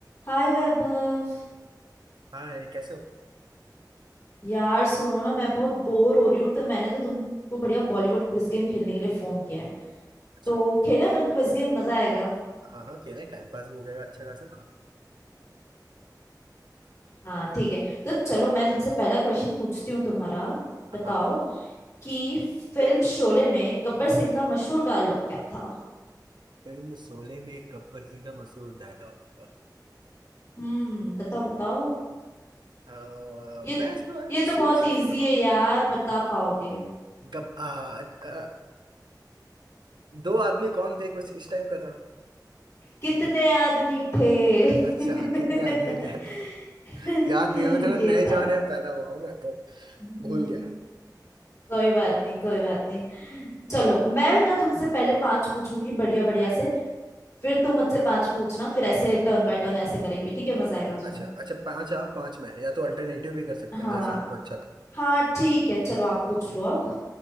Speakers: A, on the left; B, on the right.
A: हाय वैभव
B: हाँ कैसे हो
A: यार सुनो ना मैं बहुत बोर हो रही हूँ तो मैंने तो तुमको बढ़िया बॉलीवुड क्विज गेम खेलने के लिए फोन किया है
B: अच्छा
A: तो खेले अपन क्विज गेम मजा आएगा
B: हाँ हाँ क्यों नहीं टाइम पास भी हो जाएगा अच्छा खासा
A: हाँ ठीक है तो चलो मैं तुमसे पहला क्वेश्चन पूछती हूँ तुम्हारा
B: हाँ
A: बताओ कि फिल्म शोले में गब्बर सिंह का मशहूर डायलॉग क्या था
B: फिल्म शोले में गब्बर सिंह का मशहूर डायलॉग
A: हम्म बताओ बताओ
B: मैं
A: ये
B: इसके बारे
A: ये
B: में
A: तो
B: सोच
A: बहुत
B: सकता
A: इजी
B: हूँ
A: है यार बता पाओगे
B: गब आ, आ, दो आदमी कौन थे कुछ इस टाइप का था
A: कितने आदमी थे <laughs>
B: अच्छा कितने आदमी थे <laughs> याद नहीं है मैं थोड़ा
A: ये
B: नए जमाने
A: था
B: में पैदा हुआ हूँ ना तो
A: हम्म।
B: भूल गया
A: कोई बात नहीं कोई बात नहीं चलो मैं ना तुमसे पहले पांच पूछूंगी बढ़िया बढ़िया से फिर तुम मुझसे पांच पूछना फिर ऐसे टर्न बाय टर्न ऐसे करेंगे ठीक है मजा आएगा उसमें
B: अच्छा अच्छा पांच आप पांच में या तो अल्टरनेटिव भी कर सकते
A: हाँ
B: हैं जैसा आपको अच्छा लगे
A: हाँ ठीक है चलो आप पूछ लो अब